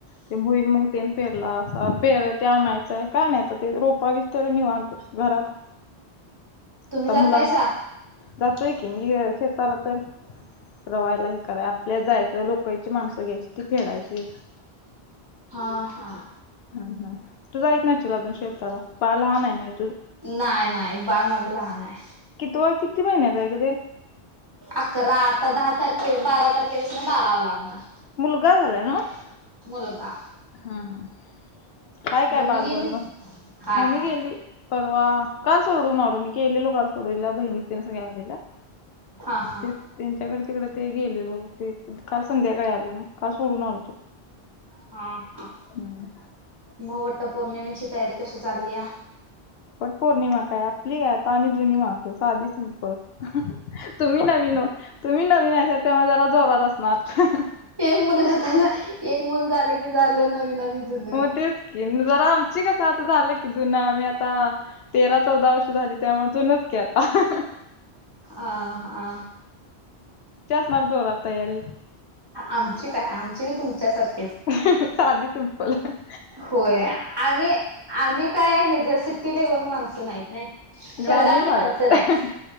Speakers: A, on the left; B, on the right.
A: ते भुईमूग ते पेरला अस पेर ते आणायचंय काय नाही, आता ते रोपा व्हिस्तवर निवांतच घरातच.
B: तुम्ही
A: आता
B: जातायसा
A: मुलांचा जातोय की कि मी शेताला तर रवायला हे, करा आपल्या जायचं लोकची माणसं घ्यायची ती फेडायची.
B: ह हाहा
A: ह ह तु जाईत नशील आजून शेताला बाळ लहान आहे नव्हे.
B: नाहीय नाही बाळ माझ लहान आहे.
A: तो किती महिन्याच आहे ग ते?
B: अकरा आता दहा तारखे बारा तारखेपासून बारावा लागणार.
A: मुलगा झालाय नव्ह?
B: मुलगा
A: हम ह हाय काय
B: मम्मी
A: बाळ
B: गेली
A: बर मग
B: हाय
A: मम्मी
B: हाय
A: गेली परवा काल सोडून म मी केलेलो काल सोडूला बहिणी त्यां सग आलेल्या
B: हा हा
A: त्यांच्याकडे तिकडे - ते गेलेलो ते काल संध्याकाळी आ मग का सोडून आला तो?
B: हा हा
A: हम्म.
B: मग वटपौर्णिमेची तयारी कशी चाललीया?
A: पट पौर्णिमा काय आप कसली आता? आम्ही जुनी माणस साधीच सिम्पल हहह तुम्ही नवीन ओ तुम्ही नवीन आहेसा त्यामुळे जरा आता जोरात असणार. हहह.
B: एक मुलगा झाला. एक मुल झालं की झालं नवीन आणि जुन
A: मग तेच की जरा आमची आमचं आता झालं की जुन आम्ही आता. तेरा चौदा वर्ष झाली त्यामुळ जुनच की आता हहह.
B: आह हा
A: मग जोरात तयारी.
B: आमची काय आमची मी तुमच्यासारखी.
A: हहह साधी तुमची बला <unintelligible>
B: होय, आम्ही आम्ही काय हे जे सिटी लेवल माणस नाहीत नाही. शहरातली
A: ग्रामीण भागात
B: माणसं नाही
A: अह